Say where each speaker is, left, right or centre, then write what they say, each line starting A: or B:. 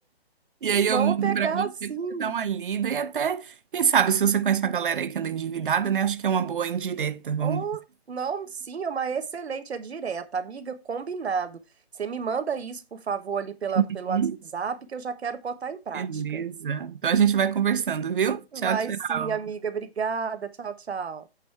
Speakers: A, on the right (about 55°); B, on the right (about 80°).
A: E aí eu
B: Vamos
A: mando
B: pegar
A: para você,
B: sim.
A: pra você dar uma lida e até, quem sabe, se você conhece uma galera aí que anda endividada, né? Acho que é uma boa indireta. Vamos.
B: Oh, não, sim, é uma excelente, é direta, amiga, combinado. Você me manda isso, por favor, ali pela, pelo
A: Uhum.
B: WhatsApp, que eu já quero botar em prática.
A: Beleza. Então a gente vai conversando, viu?
B: Vai
A: Tchau, tchau.
B: sim, amiga, obrigada. Tchau, tchau.